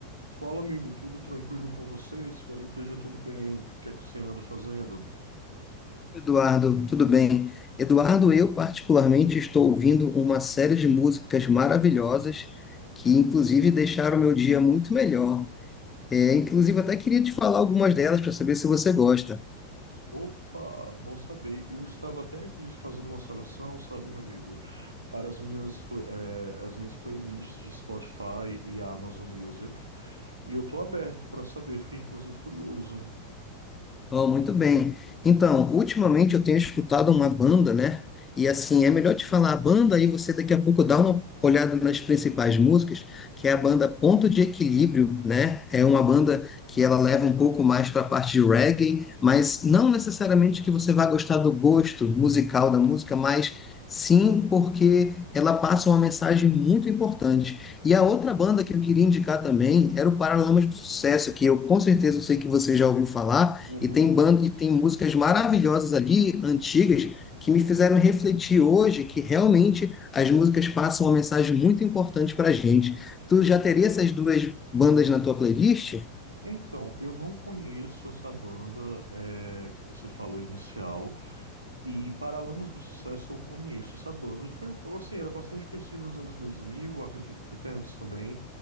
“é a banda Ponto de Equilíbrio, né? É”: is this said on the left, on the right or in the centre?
Left